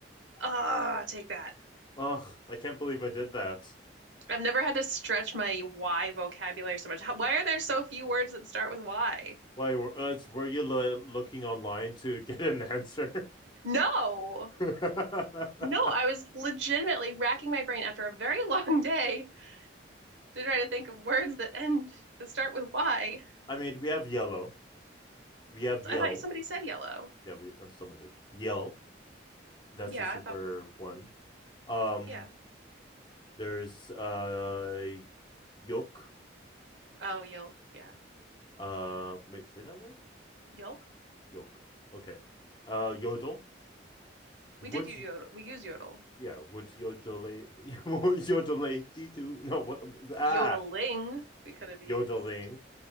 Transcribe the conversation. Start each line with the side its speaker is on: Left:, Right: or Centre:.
Right: Oh, take that.
Left: Ugh, I can't believe I did that.
Right: I've never had to stretch my Y vocabulary so much. How, why are there so few words that start with Y?
Left: Why were uh, were you lo- looking online to get an <laughs> answer?
Right: No.
Left: <laughs>
Right: No, I was legitimately racking my brain after a very <laughs> long day to try to think of words that end that start with Y.
Left: I mean, we have yellow. We have
Right: It's,
Left: yell.
Right: I thought somebody said yellow.
Left: Yeah, we uh, someone did yell. That's
Right: Yeah,
Left: a super
Right: I thought
Left: one. Um,
Right: yeah.
Left: there's uh yoke.
Right: Oh, yolk. Yeah,
Left: Uh, wait, say that word.
Right: yolk.
Left: Yoke. Okay. Uh, yodel. Would
Right: We did use yodel. We use yodel.
Left: yeah? Would yodel yodel <laughs> to no what ah
Right: Yodeling. We could have used.
Left: yodeling.